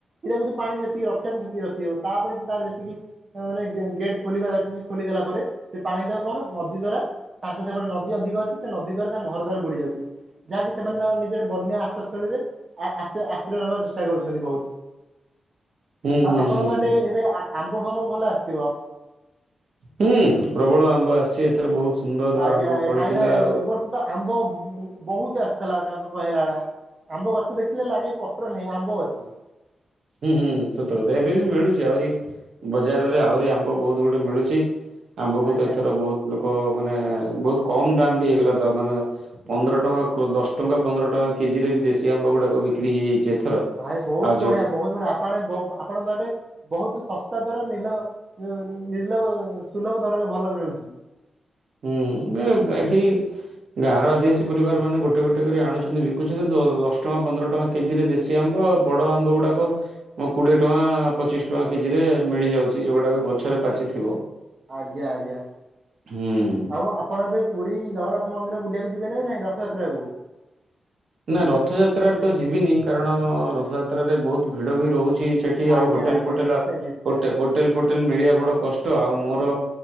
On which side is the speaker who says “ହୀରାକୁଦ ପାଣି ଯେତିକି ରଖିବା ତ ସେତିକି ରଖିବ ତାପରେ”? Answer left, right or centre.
Right